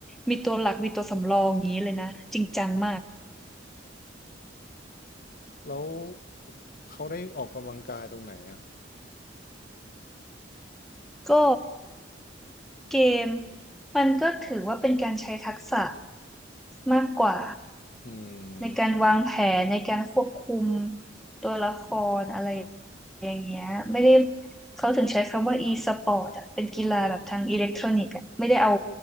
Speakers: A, in the centre; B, on the left.
A: มีตัวหลักมีตัวสำรองอย่างนี้เลยนะจริงจังมาก
B: แล้วเขาได้ออกกำลังกายตรงไหนอ่ะ
A: ก็ เกมมันก็ถือว่าเป็นการใช้ทักษะมากกว่า
B: อื
A: ในการวางแผนในการควบคุม
B: ม
A: ตัวละครอะไรอย่างเงี้ยไม่ได้เขาถึงใช้คำว่า e-sport อ่ะเป็นกีฬาแบบทางอิเล็กทรอนิกส์อ่ะไม่ได้เอา